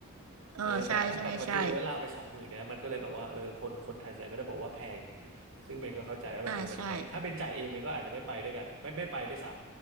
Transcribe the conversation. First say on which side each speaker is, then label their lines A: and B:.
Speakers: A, on the right (about 80°); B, on the right (about 65°).
A: เออใช่ใช่ใช่
B: เออแต่ถ้าแต่พอเจอร้อยลาวไปสองหมื่นเนี่ยมันก็เลยแบบว่าเออคนคนไทยส่วนใหญ่ก็ได้บอกว่าแพงซึ่งเบนก็เข้าใจว่าแบบเออมันแพงถ้าเบนจ่ายเองเบนก็อาจจะไม่ไปด้วยกันไม่ไม่ไปด้วยซ้
A: อ่าใช่